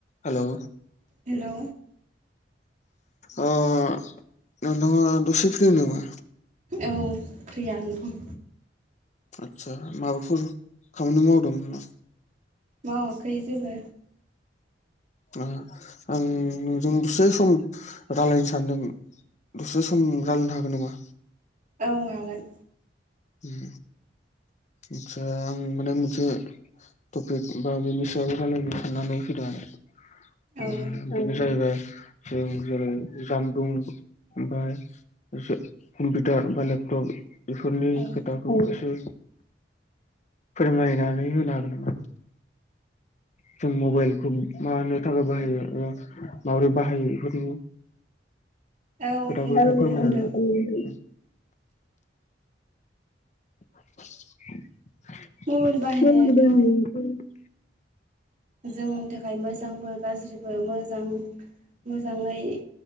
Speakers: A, on the left (about 40°); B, on the right (about 45°).
A: Hello
B: हेल
A: ओ नोंथाङा दसे free नामा
B: औ फ्रियानो दं
A: आदसा माबाफोर खामानि मावदों नामा
B: मावाखै जेबो
A: आ आं नोंजों दसे सम रालायनो सानदों दसे सम रालायनो हागोन नामा
B: औ हागोन
A: उम आसा आं माने मोनसे टपिक बा बेनि सायाव रायलायनो साननानै फैदों आरो
B: औ
A: उम बेनो जाहैबाय जों जेरै जामबुं ओमफ्राय जा कम्पिउटार बा लेपटप बेफोरनि
B: औ
A: खोथाखौ एसे फोरमायनानै होनो हागोन नामा जों मबाइलखौ मानो थाखाय बाहायो ओ माब्रै बाहायो एफोरनि
B: औ
A: खोथाखौ
B: बुंनो हागोन
A: फोरमायनानै
B: नोंथां
A: <inaudible>
B: मबाइल बाहायनायाथ' जोंनि थाखाय मोजांबो गाज्रिबो मोजां मोजाङै